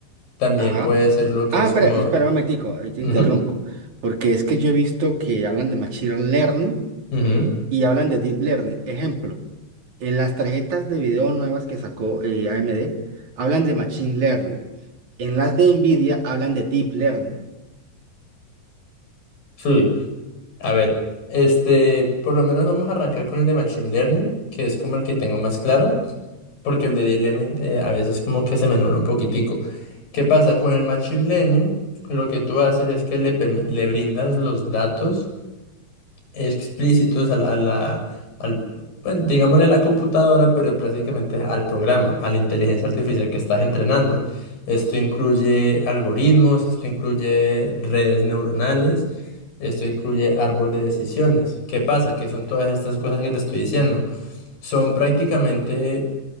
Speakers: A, on the left; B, on the right.
A: también
B: Ajá.
A: puede ser lo que
B: Ah,
A: es
B: espera,
A: como...
B: espera un momentico, ahí te
A: Ujú,
B: interrumpo, porque es que yo he visto que hablan de Machine Learning
A: ujú,
B: y hablan de Deep Learning. Ejemplo, en las tarjetas de video nuevas que sacó eh, AMD hablan de Machine Learning. En las de Nvidia hablan de Deep Learning.
A: Sí. A ver, este, por lo menos vamos a arrancar con el de Machine Learning, que es como el que tengo más claro, porque el de Deep Learning eh, a veces como que se me nubla un poquitico. ¿Qué pasa? Con el Machine Learning, lo que tú haces es que le, permi- le brindas los datos. explícitos a la, a la- al, bueno, digámosle a la computadora, pero prácticamente al programa, a la inteligencia artificial que estás entrenando. Esto incluye algoritmos, esto incluye redes neuronales, esto incluye árbol de decisiones. ¿Qué pasa? Que son todas estas cosas que te estoy diciendo. Son prácticamente,